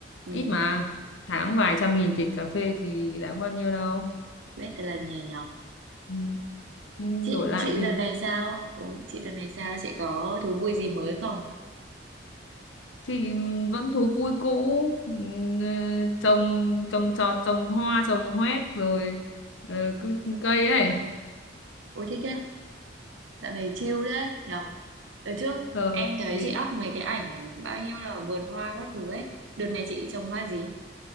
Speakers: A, on the right; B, on the left.
A: <laughs> ừ,
B: ít mà tháng vài trăm nghìn tiền cà phê thì đáng bao nhiêu đâu
A: biết tên là gì nhỉ
B: ừ. nhưng
A: chị
B: đổi lại
A: chị
B: thì
A: đợt này sao Ủa, chị đợt này sao chị có thú vui gì mới không
B: thì vẫn thú vui cũ ừ, ờ, trồng trồng trọt trồng hoa trồng hoét rồi ờ, cứ cây ấy
A: ôi thích thế dạo này chill đấy nhở đợt trước
B: ờ,
A: em thấy
B: thì
A: chị up mấy cái ảnh bao nhiêu là vườn hoa các thứ ấy đợt này chị trồng hoa gì